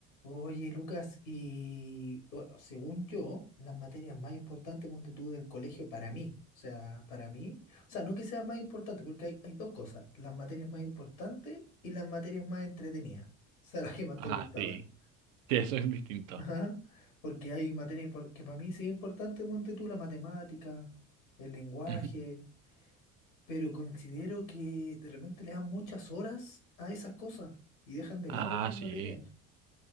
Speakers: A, on the left (about 75°); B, on the right (about 65°).
A: Oye, Lucas, y bueno, según yo, las materias más importantes, ponte tú, del colegio para mí, o sea, para mí, o sea, no que sea más importante, porque hay, hay dos cosas, las materias más importantes y las materias más entretenidas, <laughs> o sea, las que más te
B: Ah,
A: gustaban.
B: sí. Sí, eso es distinto.
A: Ajá, porque hay materias impor- que para mí sí es importante, ponte tú, la matemática, el lenguaje,
B: Ujú.
A: pero considero que de repente le dan muchas horas a esas cosas y dejan de
B: Ah,
A: lado otras
B: sí.
A: materias.